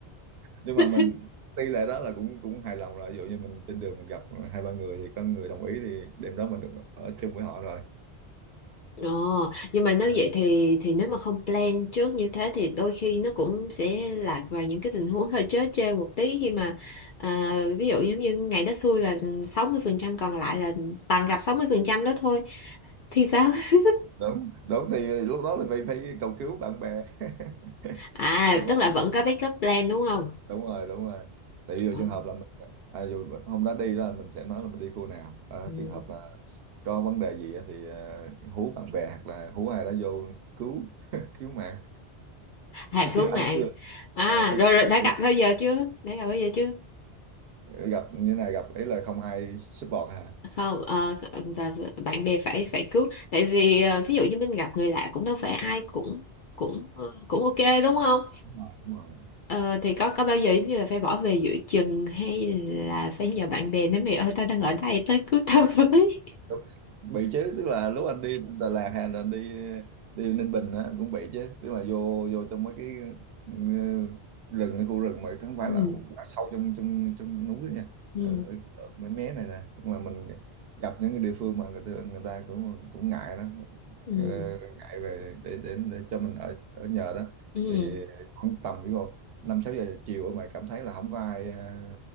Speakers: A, on the right; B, on the left.
A: nhưng
B: <laughs>
A: mà mình tỷ lệ đó là cũng cũng hài lòng rồi ví dụ như mình trên đường mình gặp hai ba người thì có người đồng ý thì đêm đó mình được ở chung với họ rồi
B: Ồ, nhưng mà nếu
A: À.
B: vậy thì thì nếu mà không plan trước như thế thì đôi khi nó cũng sẽ lạc vào những cái tình huống hơi trớ trêu một tí khi mà à, ví dụ giống như ngày đó xui là 60% còn lại là toàn gặp 60% đó thôi thì sao? <laughs>
A: đúng đúng thì lúc đó là phải phải cầu cứu bạn bè <laughs>
B: À,
A: Hay quá.
B: tức là vẫn có backup plan đúng không?
A: đúng rồi đúng rồi tại vì dù
B: Ờ.
A: trường hợp là mình à, dù hôm đó đi là mình sẽ nói là mình đi khu nào à,
B: Ừ.
A: trường hợp là có vấn đề gì á thì à, hú bạn bè hoặc là hú ai đó vô cứu <laughs> cứu mạng
B: à
A: chứ
B: cứu
A: chưa anh
B: mạng
A: chưa
B: à
A: à, chứ
B: rồi,
A: chưa
B: rồi
A: hú
B: đã gặp bao giờ chưa đã gặp bao giờ chưa
A: gặp như thế này gặp ý là không ai support hả
B: không ờ, và bạn bè phải phải cứu tại vì ờ, ví dụ như mình gặp người lạ cũng đâu phải ai cũng cũng ờ, cũng ok đúng không
A: Đúng rồi, đúng rồi.
B: Ờ, thì có có bao giờ giống như là phải bỏ về giữa chừng hay là phải nhờ bạn bè nói mày ơi tao đang ở đây tới cứu tao <laughs> với
A: Đúng. bị chứ tức là lúc anh đi Đà Lạt hay là anh đi đi Ninh Bình á anh cũng bị chứ tức là vô vô trong mấy cái ừ, rừng cái khu rừng mà không phải
B: Ừ.
A: là quá sâu trong trong trong núi nha
B: ừ
A: ở, ở ở mấy mé này nè tức là mình gặp những cái địa phương mà người ta người ta cũng cũng ngại đó
B: ừ
A: Ờ, ngại về để để để cho mình ở ở nhờ đó
B: ừ
A: thì khoảng tầm ví dụ năm sáu giờ chiều mà cảm thấy là không có ai ờ,